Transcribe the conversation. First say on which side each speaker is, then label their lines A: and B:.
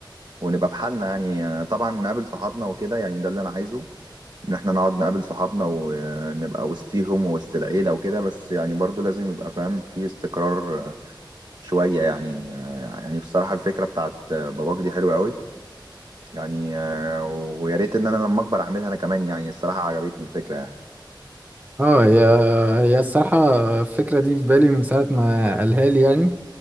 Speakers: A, on the right (about 60°); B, on the right (about 20°).
A: ونبقى في حالنا يعني طبعا نقابل صحابنا وكده يعني ده اللي انا عايزه ان احنا نقعد نقابل صحابنا ونبقى وسطيهم ووسط العيلة وكده بس يعني برضو لازم يبقى فاهم في استقرار شوية يعني يعني بصراحة الفكرة بتاعت باباك دي حلوة قوي يعني ويا ريت ان انا لما اكبر اعملها انا كمان يعني الصراحة عجبتني الفكرة يعني
B: اه هي هي الصراحة الفكرة دي في بالي من ساعة ما قالها لي يعني